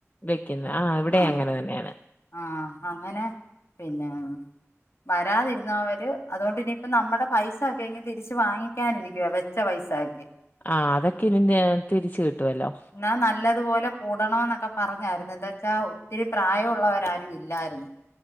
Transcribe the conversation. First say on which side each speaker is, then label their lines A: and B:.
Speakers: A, on the left; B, on the left.
A: വെക്കുന്നേ ആഹ ഇവിടെ
B: ആഹ്
A: അങ്ങനെ തന്നെയാണ്
B: ആഹ് അങ്ങനെ പിന്നെ വരാതിരുന്നവര് അതുകൊണ്ട് ഇനിയിപ്പ നമ്മുടെ പൈസ ഒക്കെ ഇങ്ക് തിരിച്ച് വാങ്ങിക്കാനിരിക്കുവ വെ വച്ച പൈസാക്കെ
A: ആഹ് അതൊക്കെ ഇതിഞ്ഞെ തിരിച്ചു കിട്ടുവല്ലോ
B: ന്നാ നല്ലതുപോലെ കൂടണോന്നൊക്കെ പറഞ്ഞായിരുന്നു എന്താച്ചാ ഒത്തിരി പ്രായവുള്ളവരെ പ്രായമായവര് ആരും ഇല്ലായിരുന്നു